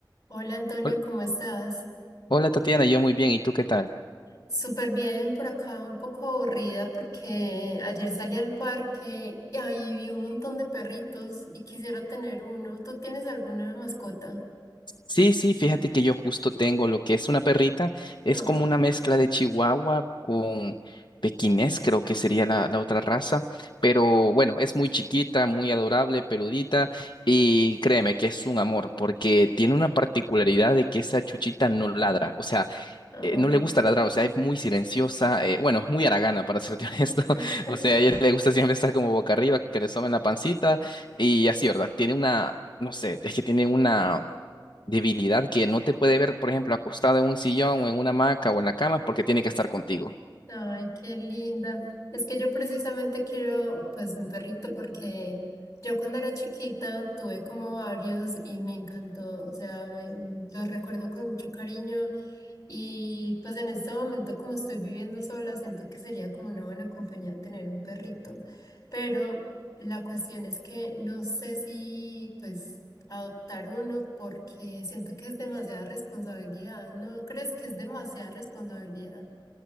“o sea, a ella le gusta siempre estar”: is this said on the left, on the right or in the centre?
Left